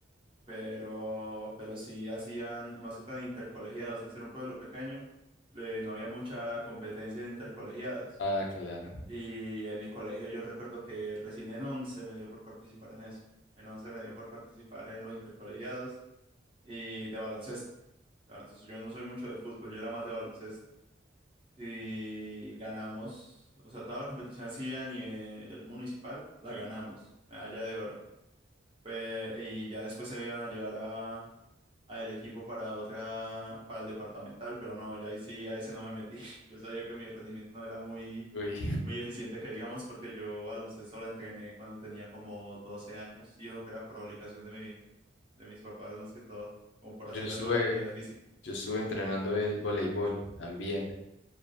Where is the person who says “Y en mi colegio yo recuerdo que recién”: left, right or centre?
Right